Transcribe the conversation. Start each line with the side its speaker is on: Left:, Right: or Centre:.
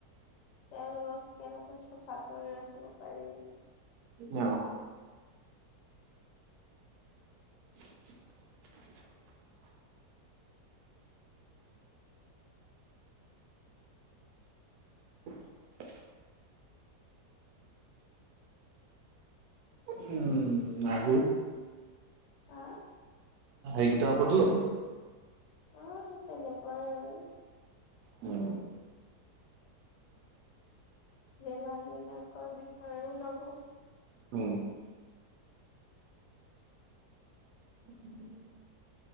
Left: তেওঁলোকক কেনেকে চফা কৰি ৰাখিব পাৰি
Right: অ', <inaudible> হয়, উম, আৰু
Left: হা,
Right: সেই গোটপদ লব
Left: অ সতিাল কয় আৰু
Right: উম,
Left: বেমাৰ বিলাকৰ বিষয়েও লব
Right: হম। উম।